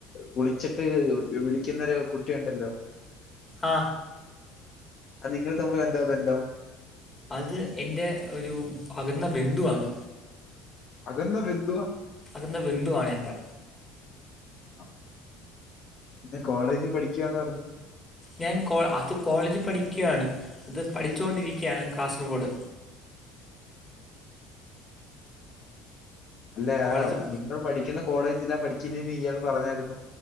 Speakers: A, on the left; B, on the left.
A: വുളിച്ചിട്ട് വിളിക്കുന്ന ഒരു കുട്ടിയുണ്ടല്ലോ
B: ആ
A: അത് നിങ്ങൾ തമ്മിൽ എന്താ ബന്ധം
B: അത് എന്റെ ഒരു അകന്ന ബന്ധുവാണ്
A: അകന്ന ബന്ധുവാ
B: അകന്ന ബന്ധുവാണ് എന്റെ
A: അ പിന്നെ കോളേജിൽ പഠിക്കുവാന്ന് പറഞ്ഞു
B: ഞാൻ കോ അത് കോളേജിൽ പഠിക്കുആണ് അത് പഠിച്ചുകൊണ്ടിരിക്കാണ് കാസർഗോഡ്
A: അല്ലയാ
B: കോളേജ്
A: നിങ്ങൾ പഠിക്കുന്ന കോളേജിലാ പഠിക്കുന്നെന്ന് ഇയാൾ പറഞ്ഞായിരുന്നു